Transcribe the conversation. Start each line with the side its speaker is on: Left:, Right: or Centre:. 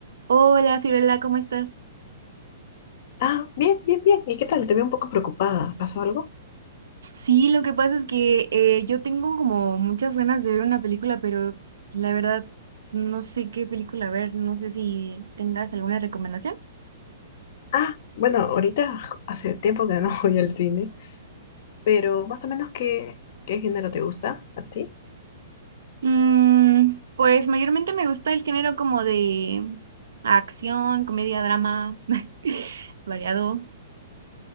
Right: Hola, Fiorella, ¿cómo estás?
Left: Ah, bien, bien, bien. ¿Y qué tal? Te veo un poco preocupada. ¿Pasó algo?
Right: Sí, lo que pasa es que eh, yo tengo como muchas ganas de ver una película, pero la verdad no sé qué película ver, no sé si tengas alguna recomendación.
Left: Ah, bueno, ahorita j- hace tiempo que no <laughs> voy al cine, pero más o menos qué, qué género te gusta a ti.
Right: Mm, pues mayormente me gusta el género como de acción, comedia, drama, <laughs> variado.